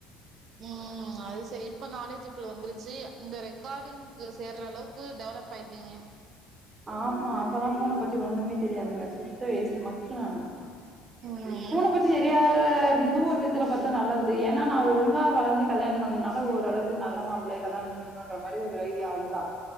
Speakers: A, on the right; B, on the right.
A: உம் ம் அது சரி இப்ப நாலேஜபிள் வந்துருச்சு இந்த ரெக்கார்டிங்க்கு சேர்ற அளவுக்கு டெவலப் ஆயிட்டீங்க
B: ஆமா அப்பல்லாம் ஃபோன பத்தி ஒண்ணுமே தெரியாதுங்க சுத்த வேஸ்ட்டு மக்கு நானு
A: ம்
B: ஃபோன பத்தி தெரியாது இருந்ததும் ஒரு விதத்துல பாத்தா நல்லது ஏன்னா நா ஒழுங்கா வளந்து கல்யாணம் பண்ணுனால ஓரளவுக்கு நல்ல மாப்ளைய கல்யாண பண்ணன்ற மாதிரி ஒரு ஐடியா அவ்ளோ தான்